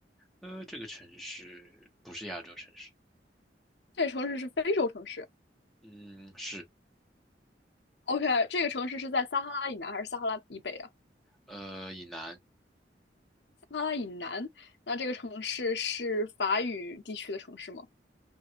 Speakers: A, in the centre; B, on the left (about 75°).
A: 呃，这个城市不是亚洲城市。
B: 这个城市是非洲城市
A: 嗯，是。
B: ？OK，这个城市是在撒哈拉以南还是撒哈拉以北啊？
A: 呃，以南，
B: 撒哈拉以南，那这个城市是法语地区的城市吗？